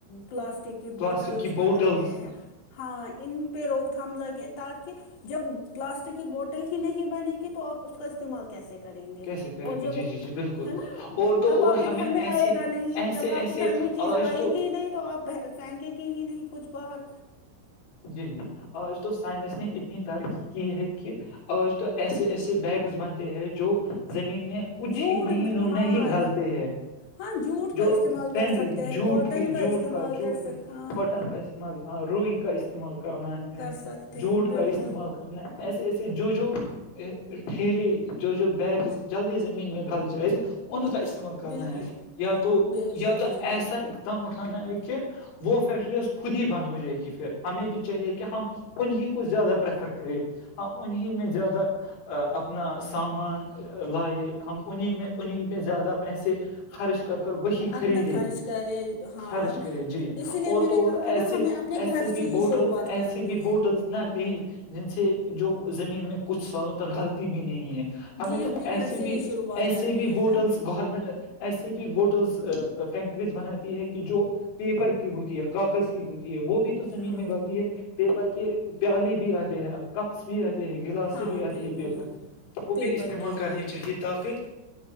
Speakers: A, on the left; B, on the left.
A: پلاسٹک کی
B: پلاسٹک
A: بوٹلس
B: کی
A: بنا
B: بوٹلس
A: گیا ہیں ہاں ان پہ روک تھم لگے تاکہ جب پلاسٹک کی بوٹل ہی نہیں بنے گی تو آپ اس کا استعمال کیسے کر کریں گے
B: کیسے کریں
A: اور
B: گے
A: جب
B: جی جی جی بالکل
A: ہے نا
B: اور تو
A: تب
B: اور
A: آپ کے
B: ہمیں
A: گھر میں
B: ایسے
A: آئے گا نہیں
B: ایسے
A: جب آپ
B: ایسے
A: کے گھر میں چیز
B: آج
A: آئیں
B: تو
A: گی ہی نہیں تو آپ پھینکیں گی ہی نہیں کچھ باہر
B: جی جی اور اس تو سائنس نے اتنی ترقی کی ہے کہ کہ آج تو ایسے ایسے بیگس بنتے ہیں جو زمین میں کچھ
A: جھوٹ
B: ہی مہینوں میں
A: ہاں
B: ہی گل ہے
A: ہاں جھوٹ
B: <unintelligible> جو
A: کا استعمال
B: پینڈری
A: کر سکتے ہیں
B: جوٹ
A: کاٹن
B: کی جٹ
A: استعمال
B: کا جوٹ
A: کر سک
B: کا
A: ہاں
B: کاٹن کا <unintelligible> ع ہاں روئی کا استعمال کرنا ہے
A: کر سکتے
B: جوھوٹ
A: ہیں
B: کا
A: بالکل
B: استعمال کرنا ایسے ایسے جو جو ھیلی جو جو بیگ جلدی زمین میں گل جائے ان کا استعمال کرنا
A: بالکل
B: ہے یا تو
A: بالکل
B: یا تو
A: بالکل
B: ایسا کم اٹھانا ہے کہ وہ فیکٹریز خود ہی بند ہو جائے گی پھر ہمیں بھی چاہیے کہ ہم انیں کو زیادہ پریفر کریں ہم انیں میں زیادہ اپنا سامان لائے ہم انیں میں انہیں میں زیادہ پیسے خرچ کر کر وہی خریدے
A: اپنا خرچ کرے ہاں
B: خرچ کرے جی
A: اسی لیے
B: اور
A: میں
B: تو
A: نے کہا
B: ایسے
A: نا ہمیں اپنے گھر
B: ایے بھی
A: سے
B: بوٹلس
A: ہی شروعات
B: ایسے
A: کرنی
B: بھی بوٹلس
A: ہے
B: نہ ل جن سے جو زمین میں کچھ سالوں تک غلطی بھی نہیں ہے ہمیں
A: جی
B: تو ایسے
A: گھر سے
B: بھی
A: ہی شروعات
B: ایسے
A: کرنی
B: بھی
A: ہے
B: بوٹلس
A: نا
B: گورنمنٹ ایسے بھی بوٹلس فیکٹریز بناتی ہے کہ جو پیپر کی ہوتی ہے کاغذ کی ہوتی ہے وہ بھی تو زمین
A: ہاں
B: میں غلتی ہے پیپر کے پیالے بھی آتے ہیں آپ کپس بھی آتے ہیں گلاس
A: ہاں
B: بھی آتے
A: بالکل
B: ہیں پیپر کی وہ
A: پیپر
B: بھی استعمال
A: کے
B: کرنی
A: ہاں
B: چاہیے تاکہ